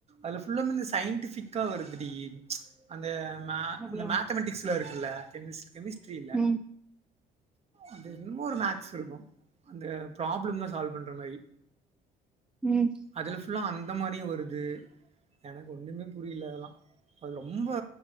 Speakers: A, on the right (about 40°); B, in the centre.
A: அது சயின்டிபிக்கா வருது அந்த மே
B: அப்டியா
A: அந்த மேத்தமெட்டிக்ஸில் இருக்குல்ல கெமிஸ்ட கெமிஸ்ட்ரி இல்லை
B: ம்
A: அது என்னமோ ஒரு மேக்ஸ் இருக்கு அந்த ப்ராப்ளம் தா சால்வ் பண்ற மாரி
B: ம்
A: அதுல ஃபுல்லா அந்த மாரியு வருது எனக்கு ஒன்னுமே புரியல அதெல்லா அது ரொம் ரொம்ப